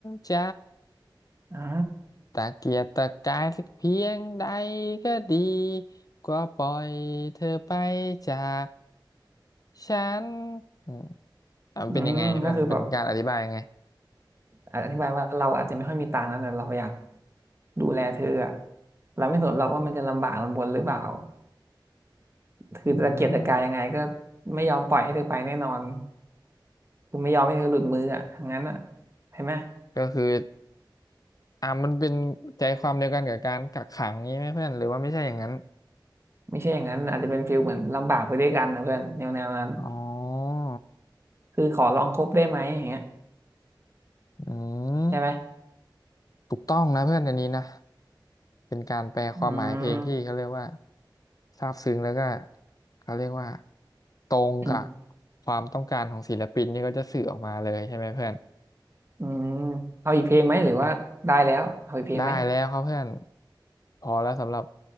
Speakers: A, on the left; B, on the right.
A: ใจ
B: อ่า
A: ตะเกียกตะกายสักเพียงใดก็ดีก็ปล่อยเธอไปจากฉันอืมอ่ะมันเป็นยังไงเพื่อนเป็นการอธิบายยังไง
B: อืมก็คือแบบอธิบายว่าเราอาจจะไม่ค่อยมีตังค์นะแต่เราอยากดูแลเธออะเราไม่สนหรอกว่ามันจะลำบากลำบนหรือเปล่า คือตะเกียกตะกายยังไงก็
A: อืม
B: ไม่ยอมปล่อยให้เธอไปแน่นอนคือไม่ยอมให้เธอหลุดมืออ่ะทั้งนั้นอ่ะใช่ไหม
A: ก็คืออ่ามันเป็นใจความเดียวกันกับการกักขังนี้ไหมเพื่อนหรือว่าไม่ใช่อย่างนั้น
B: ไม่ใช่อย่างนั้นอาจจะเป็นฟีลเหมือนลำบากไปด้วยกันนะเพื่อนแนวแนวนั้น
A: อ๋อ
B: คือขอลองคบได้ไหมอย่างเงี้ย
A: อื
B: ใช่ไหม
A: มถูกต้องนะเพื่อนอันนี้นะ เป็นการแปลความหมายเพลงที่เขาเรียกว่า
B: อืม
A: ซาบซึ้งแล้วก็เขาเรียกว่าตรงกับ
B: อืม
A: ความต้องการของศิลปินนี่ก็จะสื่อออกมาเลยใช่ไหมเพื่อน
B: อืมเอาอีกเพลงไหมหรือว่าได้แล้วเอาอีกเพลงไหม
A: ได้แล้วครับเพื่อนพอแล้วสำหรับ